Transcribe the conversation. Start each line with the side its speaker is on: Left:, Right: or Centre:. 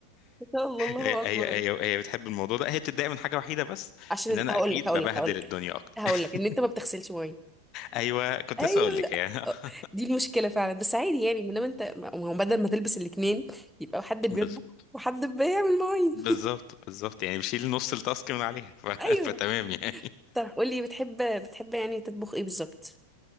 Centre: ان شاء الله الله
Left: هي
Centre: اكبر
Left: هي هي هي بتحب الموضوع ده هي بتتضايق من حاجه وحيده بس
Centre: عشان
Left: ان انا
Centre: هقول
Left: اكيد
Centre: لك هقول
Left: ببهدل
Centre: لك هقول لك
Left: الدنيا اكتر
Centre: هقول
Left: <laughs>
Centre: لك ان انت ما بتغسلش مواعين
Left: ايوه كنت
Centre: ايوه
Left: لسه اقول لك يعني <laughs>
Centre: دي المشكله فعلا بس عادي يعني ما دام انت ما هو بدل ما تلبس الاتنين يبقى حد بيطبخ
Left: بالظبط
Centre: وحد بيعمل مواعين
Left: بالظبط بالظبط يعني بشيل نص التاسك من عليها ف... <laughs>
Centre: ايوه
Left: فتمام يعني
Centre: طب قولي بتحب بتحب يعني تطبخ ايه بالظبط